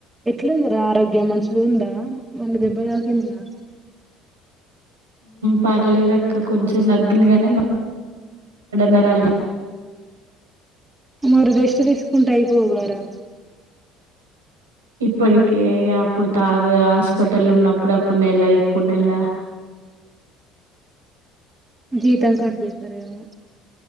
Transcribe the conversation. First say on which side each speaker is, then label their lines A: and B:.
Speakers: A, on the right (about 15°); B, on the right (about 85°).
A: ఎట్లుందార ఆరోగ్యం మంచిగా ఉందా మొన్న దెబ్బతాకి ఆ
B: పర్లేదు అక్క కొంచెం తాగింది కానీ నరాలు
A: మరి దిష్టి తీసుకుంటే అయిపోగారా
B: ఇప్పటికే అప్పుడు తాత హాస్పిటల్ ఉన్నప్పుడు అప్పుడు నెల ఇప్పుడు నెల
A: ఆ జీతం కట్ చేస్తారేమో